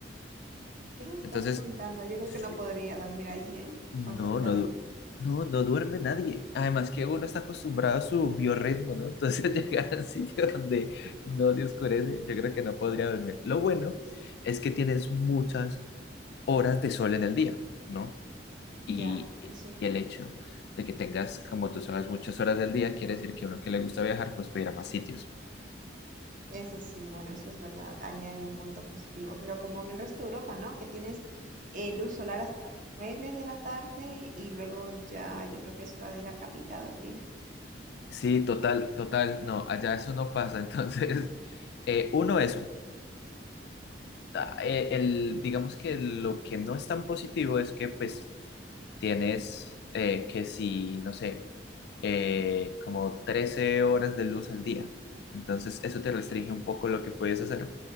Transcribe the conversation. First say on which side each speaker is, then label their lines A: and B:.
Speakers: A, on the right; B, on the left.
A: ¿Qué me estás
B: Entonces,
A: contando? Yo creo
B: sí,
A: que no podría dormir ahí, ¿eh?
B: no,
A: Con tanta
B: no,
A: luz.
B: du- no, no duerme nadie. Además que uno está acostumbrado a su biorritmo, ¿no? Entonces <laughs> llegar al sitio donde no se oscurece, yo creo que no podría dormir. Lo bueno es que tienes muchas horas de sol en el día, ¿no? Y,
A: Ya, eso
B: y el hecho de que tengas, como tú sabes, muchas horas del día, quiere decir que uno que le gusta viajar, pues puede ir a más sitios.
A: Eso sí, bueno, eso es verdad. Ahí hay un punto positivo. Pero como en el resto de Europa, ¿no? Que tienes eh, luz solar hasta las 9 de la tarde y luego ya yo creo que es hora de ir a camita a dormir.
B: Sí, total, total. No, allá eso no pasa. <laughs> Entonces, eh, uno, eso. ah, eh, el, digamos que lo que no es tan positivo es que pues tienes eh, que si, no sé, eh, como 13 horas de luz al día. Entonces eso te restringe un poco lo que puedes hacer,